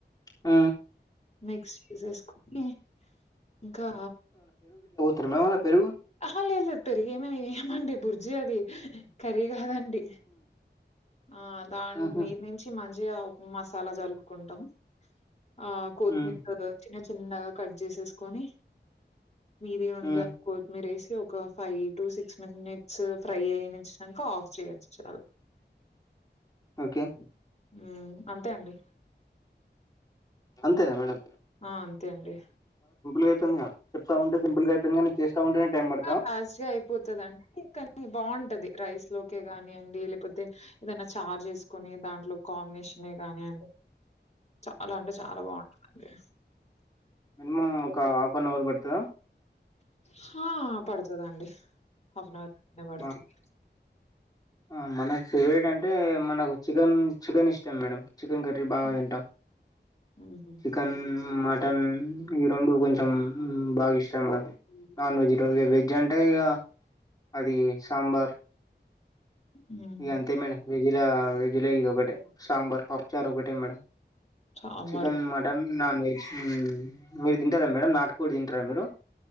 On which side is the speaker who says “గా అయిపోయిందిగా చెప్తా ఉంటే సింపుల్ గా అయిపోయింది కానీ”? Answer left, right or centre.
Left